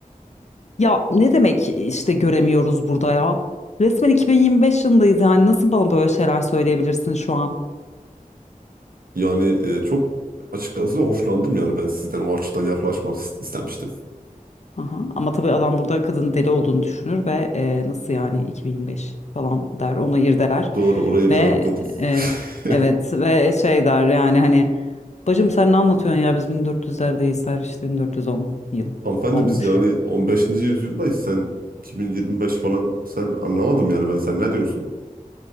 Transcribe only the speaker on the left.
Ya ne demek işte göremiyoruz burada ya? Resmen 2025 yılındayız yani nasıl bana böyle şeyler söyleyebilirsin şu an?
Aha. Ama tabii adam burada kadının deli olduğunu düşünür ve e, nasıl yani 2025 falan der onu irdeler
ve
e,
evet ve şey der yani hani bacım sen ne anlatıyorsun ya biz 1400'lerdeyiz der işte 1410 yıl
olmuş.